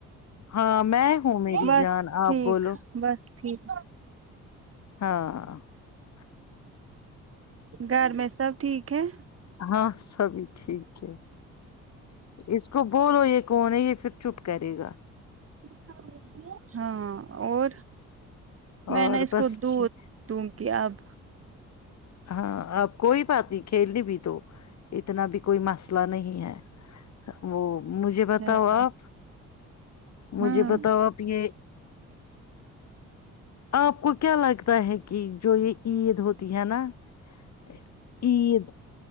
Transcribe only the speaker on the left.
ہاں میں ہوں میری
جان
آپ بولو
ہاں <unintelligible>
ہاں سبھی ٹھیک ہے اس کو بولو یہ کون ہے یہ پھر چپ کرے گا
اور
بس
ٹھیک۔
ہاں اب کوئی بات نہیں کھیلنی بھی تو اتنا بھی کوئی مسئلہ نہیں ہے وہ مجھے بتاؤ
آپ مجھے
بتاؤ
آپ یہ آپ کو کیا لگا تا ہے کہ جو یہ عید ہوتی تی ہے نا <unintelligible> عید